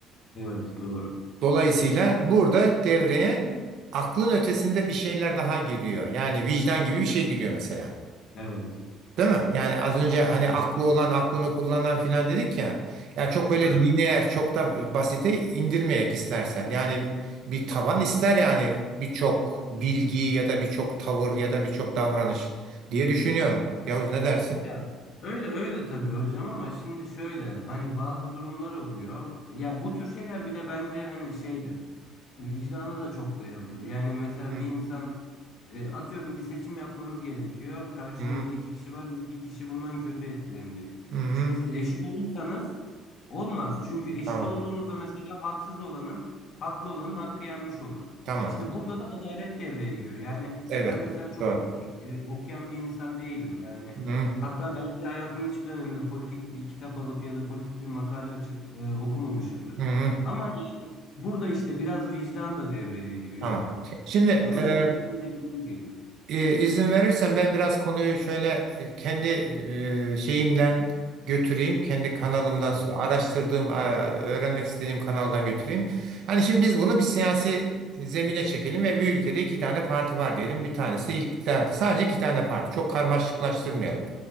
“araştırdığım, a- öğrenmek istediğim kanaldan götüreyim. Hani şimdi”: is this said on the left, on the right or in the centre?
Right